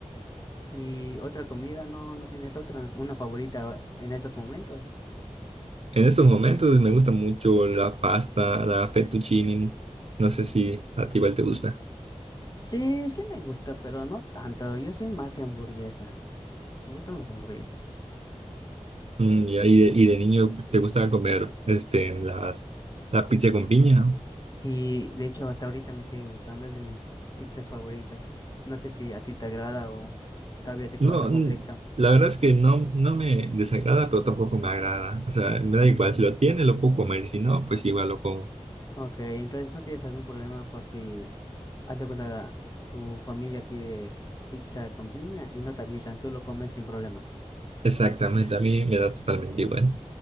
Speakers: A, on the left; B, on the right.
A: Y otra comida, no, no tienes otra, una favorita en estos momentos.
B: En estos momentos me gusta mucho la pasta, la fettuccine. No sé si a ti igual te gusta.
A: Sí, sí me gusta, pero no tanto, yo soy más de hamburguesa, me gustan las hamburguesas.
B: Mm, ya, y, de, y de niño te gusta comer este, las, la pizza con piña.
A: Sí, de hecho, hasta ahorita me sigue gustando, es de mis pizzas favoritas. No sé si a ti te agrada o todavía te causa
B: No,
A: conflicto.
B: mm, la verdad es que no, no me desagrada, pero tampoco me agrada. O sea, me da igual, si lo tiene, lo puedo comer, si no, pues igual lo como.
A: Ok, entonces no tienes algún problema por si, haz de cuenta, tu familia pide pizza con piña y no te avisan, tú lo comes sin problemas.
B: Exactamente, a mí me da totalmente igual.